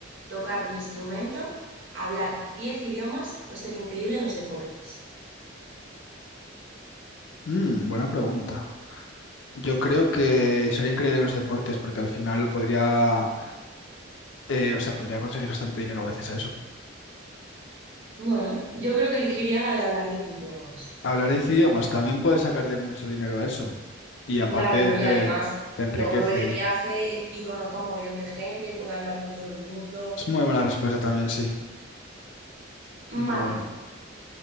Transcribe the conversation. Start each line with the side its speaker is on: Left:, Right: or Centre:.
Right: ¿Tocar un instrumento? ¿Hablar 10 idiomas o ser increíble en los deportes?
Left: Mm, buena pregunta. Yo creo que sería increíble en los deportes porque al final lo podría, eh, o sea, podría conseguir bastante dinero gracias a eso.
Right: Bueno, yo creo que elegiría la de hablar 10 idiomas.
Left: Hablar 10 idiomas también puedes sacar de mucho dinero a eso. Y aparte
Right: Claro, ¿no?
Left: te,
Right: Y además,
Left: te enriquece.
Right: luego me voy de viaje y conozco a mogollón de gente, puedo hablar con todo el mundo.
Left: Es muy buena respuesta también, sí.
Right: Vale.
Left: Muy buena.